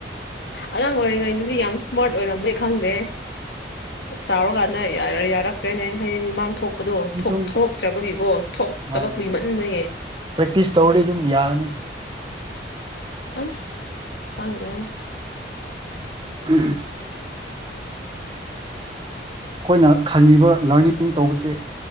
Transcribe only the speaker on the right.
ꯁꯨꯝ ꯁꯨꯝ
ꯃꯥꯅꯦ
ꯃꯥꯅꯦ ꯄ꯭ꯔꯦꯛꯇꯤꯁ ꯇꯧꯔꯗꯤ ꯑꯗꯨꯝ ꯌꯥꯒꯅꯤ
ꯑ ꯑꯩꯈꯣꯏꯅ ꯈꯪꯉꯤꯕ ꯂꯔꯅꯤꯡ ꯇꯧꯕꯁꯦ